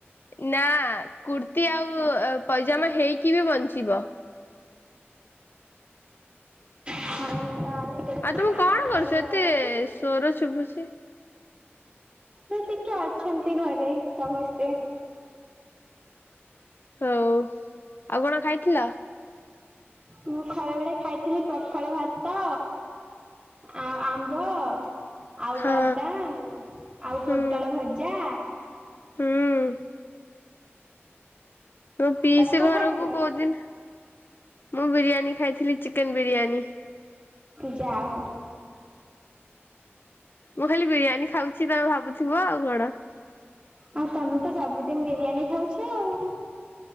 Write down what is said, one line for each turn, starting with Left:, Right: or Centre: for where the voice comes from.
Left: ନା କୁର୍ତ୍ତିୀ ଆଉ ପଇଜାମା ହେଇକି ବି ବଞ୍ଚିବ।
Right: ହଉ ତାହେଲେ।
Left: ଆଉ
Right: କଣ
Left: ତମେ
Right: କରିବା
Left: କରୁଛ ଏତେ
Right: ଆଉଗୋଟେ।
Left: ସ୍ୱର ଶୁଭୁଛି
Right: ସେ ଟିକେ ଅଛନ୍ତି ଘରେ ସମସ୍ତେ।
Left: ହଉ ଆଉ କଣ ଖାଇଥିଲ।
Right: ମୁଁ ଖାଇଲା ବେଳେ ଖାଇଥିଲି ପଖାଳ ଭାତ। ଆଉ ଆମ୍ବ ଆଉ
Left: ହଁ
Right: ବାଦାମ ଆଉ
Left: ହୁଁ
Right: ପୋଟଳ ଭଜା।
Left: ହୁଁ। ତୋ ପିଇସି
Right: ତମେ କଣ
Left: ଘରକୁ
Right: ଖାଇଥିଲ?
Left: କୋଉଦିନ ମୁଁ ବିରିୟାନୀ ଖାଇଥିଲି ଚିକେନ ବିରିୟାନୀ।
Right: ପୂଜା ହଉ।
Left: ମୁଁ ଖାଲି ବିରିୟାନୀ ଖାଉଛି ତମେ ଭାବୁଥିବ ଆଉ କଣ।
Right: ଆଉ ତମେ ତ ସବୁଦିନ ବିରିୟାନୀ ଖାଉଛ ଆଉ।